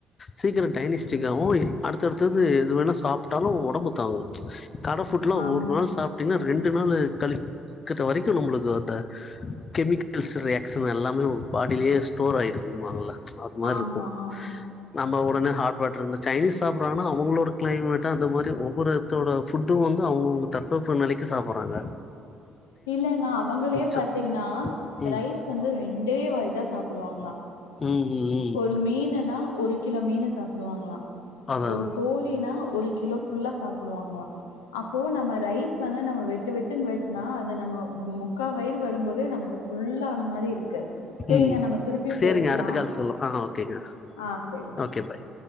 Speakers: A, on the left (about 40°); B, on the left (about 75°).
A: சீக்கிரோ டைனிஸ்டிங்காவு எ அடுத் அடுத்தது எதுவேணா சாப்ட்டாலு ஒட ஒடம்பு தாங்கு கடை ஃபுட்லா
B: ஆமா,
A: ஒரு நாள் சாப் டிங்னா ரெண்டு நாளு கழிக்குற வரைக்கு நம்மளுக்கு அந்த கெமிக்கல்ஸ் ரியாக்ஷன் எல்லாமே நம்ம ஃபாடிலேயே ஸ்டோர் ஆயிருக்கும்பாங்கல்ல அது மார்ருக்கு
B: ஆமா, ஆமா.
A: நம்ம உடனே ஹாட் வாட்டர் இருந்து சைனீஸ் சாப்புட்றாங்கனா அவுங்களோட க்ளைமேட் அந்த மாரி ஒரு ஒர்த்தரோட ஃபுட்டு வந்து அவுங்கவுங்க தட்ப வெப்ப நிலைக்கு சாப்புட்றாங்க
B: இல்லங்க அவங்களே
A: ச
B: பார்த்தீங்கன்னா
A: ம்
B: ரைஸ் க்கு வந்து ரெண்டே வாய்தா சாப்டுவாங்களா
A: ம் ம் ம்
B: ஒரு மீனுன்னா ஒரு கிலோ மீன சாப்டுவாங்களா
A: அதா
B: ஒரு
A: அதா
B: கோழினா ஒரு கிலோ ஃபுல்லா சாப்புடுவாங்களா அப்போ நம்ம ரைஸ் வந்து நம்ம வெட்டு வெட்டுன் வெட்னா இந்த நம்ம முக்கா வயிறு வரும்போதே நமக்கு ஃபுல்லான மாரி இருக்கு சரிங்க
A: ம்
B: நம்ம திருப்பியும்
A: செரிங்க
B: பேசலாம்.
A: அடுத்த கால் சொல்லலா ஆ ஆ ஓகேங்க
B: ஆ சரி
A: ஓகே ஃபாய்